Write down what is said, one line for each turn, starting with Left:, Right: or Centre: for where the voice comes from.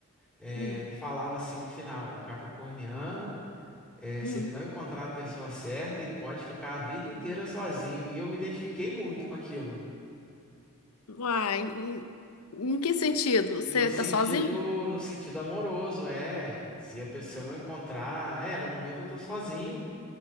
Centre: É,
Left: Hum,
Centre: ele falava assim no final: o capricorniano, é,
Left: hum.
Centre: se ele não encontrar a pessoa certa, ele pode ficar a vida inteira sozinho. E eu me identifiquei muito com aquilo.
Left: Uai, e em que sentido? Você
Centre: No sentido,
Left: tá sozinho?
Centre: no sentido amoroso, é. Se a pessoa não encontrar, é, no momento eu tô sozinho.